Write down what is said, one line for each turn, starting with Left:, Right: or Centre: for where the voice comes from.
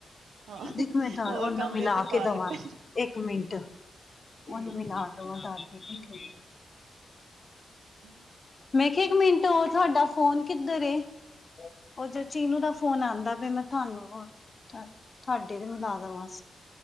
Right: ਹਾਂ,
Left: ਦੇਖੋ ਮੈਂ, ਤਾਂ
Right: ਹੋਰ
Left: ਉਹਨਾਂ
Right: ਕੰਮ
Left: ਮਿਲਾ
Right: ਵੀ ਅਸੀਂ ਪਾ
Left: ਕੇ
Right: ਲਿੱਤੇ।
Left: ਦੇਵਾਂ, ਇੱਕ ਮਿੰਟ
Right: ਠੀਕ
Left: ਉਹਨੂੰ ਮਿਲਾ
Right: ਏ।
Left: ਦਵਾ ਦਾਦੀ
Right: ਹੂੰ,
Left: ਕਿ
Right: <inaudible>
Left: ਮੈਂ ਕਿਹਾ ਇੱਕ ਮਿੰਟ ਹੋ ਤੁਹਾਡਾ ਫੋਨ ਕਿੱਧਰ ਏ? ਉਹ ਜੇ ਚੀਨੂੰ ਦਾ ਫੋਨ ਆਂਦਾ ਪਿਆ ਮੈਂ ਤੁਹਾਨੂੰ ਉਹ ਤੁਹਾਡੇ ਤੇ ਮਿਲਾ ਦਵਾਂ ਸੀ।